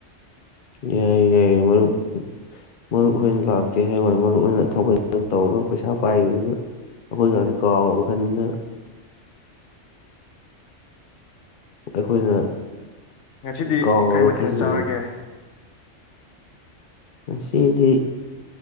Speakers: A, on the left; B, on the left.
A: ꯌꯥꯏꯌꯦ ꯌꯥꯏꯌꯦ ꯃꯔꯨꯞ ꯃꯔꯨꯞ ꯍꯣꯏꯅ ꯂꯥꯛ ꯍꯌꯦꯡꯋꯥꯏ ꯃꯔꯨꯞ ꯍꯣꯏꯅ ꯊꯕꯛ ꯏꯪꯈꯥꯡ ꯇꯧꯔꯒ ꯄꯩꯁꯥ ꯄꯥꯏꯒ꯭ꯔꯒ ꯑꯩꯈꯣꯏ ꯒꯁꯦ
B: ꯎꯝ
A: ꯀꯥꯎꯔꯕ ꯈꯟꯗꯅ ꯑꯩꯈꯣꯏꯅ
B: ꯉꯁꯤꯗꯤ
A: ꯀꯥꯎꯔꯕ
B: ꯀꯔꯤ ꯃꯊꯦꯜ
A: ꯈꯜꯂꯤꯅꯤ
B: ꯆꯥꯔꯒꯦ
A: ꯉꯁꯤꯗꯤ